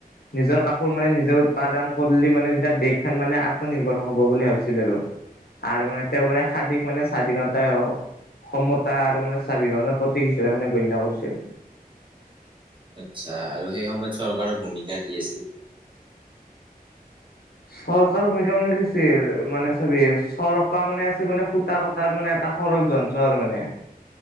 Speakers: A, on the left; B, on the right.
A: নিজৰ কাপোৰ মানে নিজৰ উৎপাদন কৰিলে মানে তেতিয়া দেশখন মানে আত্মনিৰ্ভৰ হ'ব বুলি ভাবিছিল আৰু।
B: <inaudible>
A: আৰু মানে তেওঁ মানে খাদীক মানে স্বাধীনতাই হওঁক সমতা আৰু মানে স্বাভিমানত প্ৰতীক হিচাপে মানে গণ্য কৰিছিল।
B: আচ্ছা। আৰু সেই সময়ত চৰকাৰৰ ভূমিকা কি আছিল?
A: চৰকাৰ ভূমিকা মানে কিছিল? মানে ছবি চৰকাৰ মানে আছিল মানে খু কটা কটাৰ মানে এটা সৰল যন্ত্ৰ আৰু মানে।